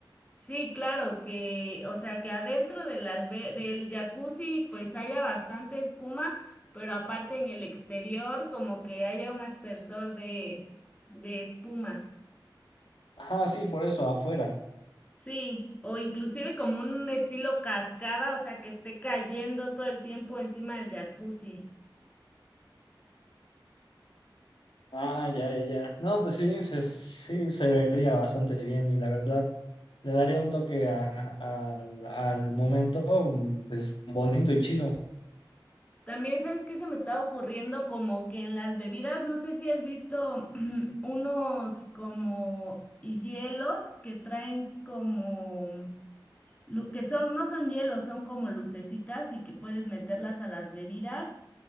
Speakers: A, on the left; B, on the left.
A: Sí, claro, que, o sea, que adentro del albe- del jacuzzi pues haya bastante espuma, pero aparte en el exterior como que haya un aspersor de, de espuma.
B: Ajá, sí, por eso, afuera.
A: Sí, o inclusive como un estilo cascada, o sea, que esté cayendo todo el tiempo encima del jacuzzi.
B: Ah, ya, ya, ya. No, pues sí, se, sí, se vería bastante bien y la verdad. le daría un toque a- a- al momento, mm, pues bonito y chido.
A: También, ¿sabes qué se me está ocurriendo? Como que en las bebidas, no sé si has visto <clears throat> unos como hielos que traen como, lu- que son, no son hielos, son como lucecitas y que puedes meterlas a las bebidas